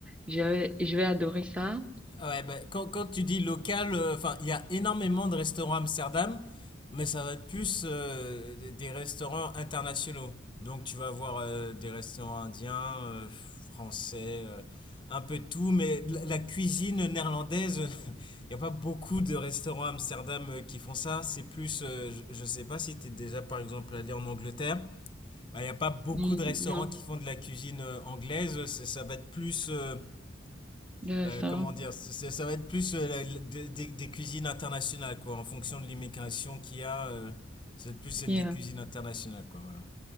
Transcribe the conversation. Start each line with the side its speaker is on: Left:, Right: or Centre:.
Centre: je vais, je vais adorer ça.
Left: Ah Ouais, bah, quand, quand tu dis local, euh, enfin, il y a énormément de restaurants à Amsterdam, mais ça va être plus euh, des des restaurants internationaux. Donc tu vas avoir euh, des restaurants indiens, euh, français, euh, un peu de tout, mais la, la cuisine néerlandaise, <laughs> il n'y a pas beaucoup de restaurants à Amsterdam euh, qui font ça. C'est plus, euh, je ne sais pas si tu es déjà par exemple allé en Angleterre, bah, il n'y a pas beaucoup
Centre: Mm,
Left: de restaurants
Centre: Non,
Left: qui font de la cuisine euh, anglaise. C'est- Ça va être plus... euh,
Centre: de
Left: euh,
Centre: ça.
Left: comment dire, c'est- ça va être plus euh, la- la- des, des- des cuisines internationales, quoi, en fonction de l'immigration qu'il y a, euh, ça va être plus être
Centre: Yeah.
Left: des cuisines
Centre: Euh,
Left: internationales, quoi, voilà.